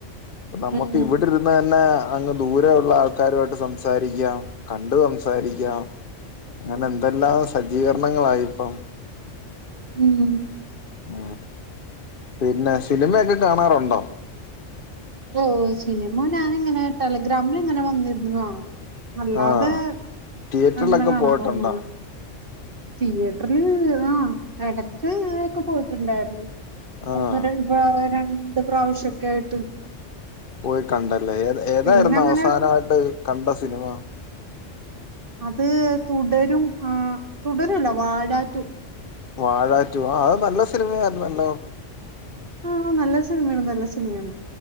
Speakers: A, on the left; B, on the right.
A: നമ്മക്ക്
B: ഉം
A: ഇവിടെ ഇരു അന്ന് തന്നെ അങ്ങ് ദൂരെ ഉള്ള ആൾക്കാരുമായിട്ട് സംസാരിക്കാം കണ്ട് സംസാരിക്കാം അങ്ങനെ എന്തെല്ലാം സജ്ജീകരണങ്ങളായി ഇപ്പം
B: ഉം
A: ഉ പിന്നെ സിനിമയൊക്കെ കാണാറുണ്ടോ?
B: ഓ് സിനിമ ഞാാനിങ്ങനെ ടെലഗ്രാമിൽ ഇങ്ങനെ വന്നിരുന്നു കാണും അല്ലാതെ
A: ആഹ് തിയേറ്ററിലൊക്കെ
B: അങ്ങനെ കാണാറൊന്നുല്ല
A: പോയിട്ടുണ്ടോ
B: തിയേറ്ററില് ആ എടക്ക് ഒക്കെ പോയിട്ടുണ്ടായിരുന്നു
A: ആഹ്
B: ഒന്ന് ര രണ്ട് പ്രാവിശ്യക്കെആയിട്ട്
A: പോയി കണ്ടല്ലേ ഏത് ഏതായിരുന്നു
B: പിന്നങ്ങനെ
A: അവസാനമായിട്ട് കണ്ട സിനിമ
B: അത് തുടരും ആ തുടരുല്ല വാഴാറ്റു
A: വാഴാറ്റു ആ അത് നല്ല സിനിമ ആയിരുന്നല്ലോ.
B: ആഹ നല്ല സിനിമയാണ് നല്ല സിനിമയാണ്